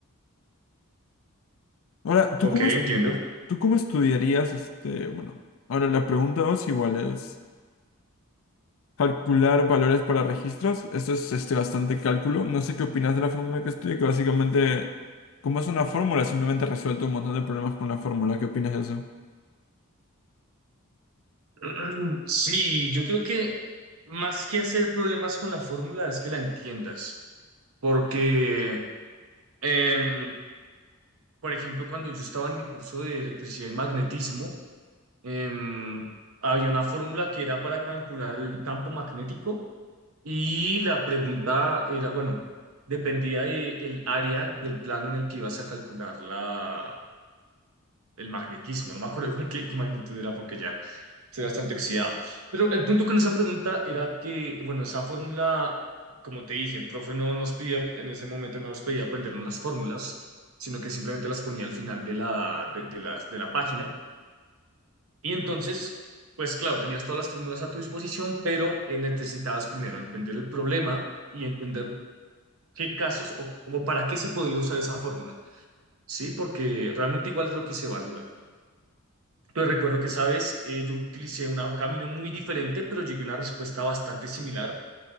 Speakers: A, on the left (about 65°); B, on the right (about 75°).
A: Ahora, ¿tú
B: Ok,
A: cómo
B: entiendo.
A: ¿Tú cómo estudiarías este, bueno, ahora la pregunta dos igual es calcular valores para registros? Esto es este bastante cálculo. No sé qué opinas de la fórmula que estudié, que básicamente, como es una fórmula, simplemente resuelto un montón de problemas con la fórmula. ¿Qué opinas de eso?
B: <clears throat> Sí, yo creo que más que hacer problemas con la fórmula es que la entiendas, porque, em, por ejemplo, cuando yo estaba en mi curso de electricidad y magnetismo, em, había una fórmula que era para calcular el campo magnético y la pregunta era, bueno, dependía de el área del plano en el que ibas a calcular la, el magnetismo. No me acuerdo <laughs> qué magnitud era porque ya. Estoy bastante oxidado. Pero el punto con esa pregunta era que, bueno, esa fórmula, como te dije, el profe no nos pide, en ese momento no nos pedía aprendernos las fórmulas, sino que simplemente las ponía al final de la, de, de las- de la página. Y entonces, pues claro, tenías todas las fórmulas a tu disposición, pero eh, necesitabas primero entender el problema y entender qué casos o, o para qué se podría usar esa fórmula, ¿sí? Porque realmente igual es lo que se evalúa. Pues recuerdo que, sabes, Eh, yo utilicé una- un camino muy diferente, pero llegué a una respuesta bastante similar,